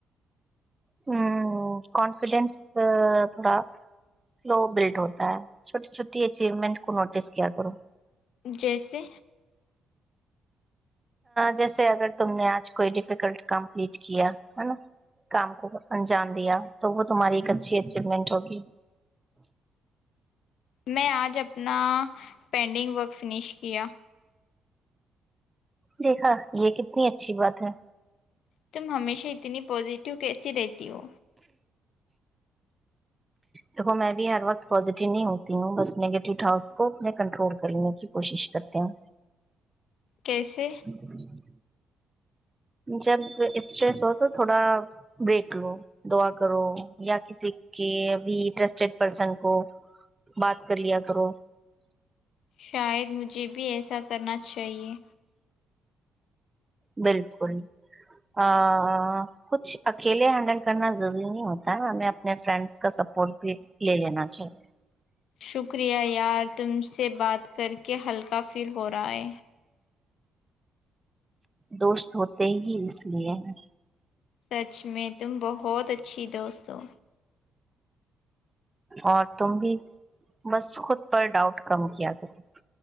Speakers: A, on the right (about 15°); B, on the left (about 75°).
A: ہ کانفیڈنس تھوڑا سلو بلڈ ہوتا ہے چھوٹی چھوٹی اچیومنٹ کو نوٹس کیا کرو
B: جیسے
A: جیسے اگر تم نے آج کوئی ڈیفیکلٹ کمپلیٹ کیا ہے نا کام کو انجام دیا تو وہ تمہاری ایک اچھی اچیومنٹ ہوگی
B: میں آج اپنا پینڈنگ ورک فنش کیا
A: دیکھا یہ کتنی اچھی بات ہے
B: تم ہمیشہ اتنی پزیٹیو کیسی رہتی ہو
A: دیکھو میں بھی ہر وقت پزیٹیو نہیں ہوتی ہوں بس نگیٹو تھا کو اپنے کنٹرول کر لینے کی کوشش کرتی ہوں
B: کیسے
A: ناقابل سماعت جب اسٹریس ہو تو تھوڑا بریک لو دعا کرو یا کسی کےب ٹرسٹیڈ پرسن کو بات کر لیا کرو
B: شاید مجھے بھی ایسا کرنا چاہیے
A: بالکل ا کچھ اکیلے ہینڈل کرنا ضروری نہیں ہوتا ن ہمیں اپنے فرینڈس کا سپورٹ بھی لے لینا چاہیے
B: شکریہ یار تم سے بات کر کے ہلکا فیل ہو رہا ہے
A: دوست ہوتے ہی اس لیے ہے
B: سچ میں تم بہت اچھی دوست ہو
A: اور تم بھی بس خود پر ڈاؤٹ کم کیا کر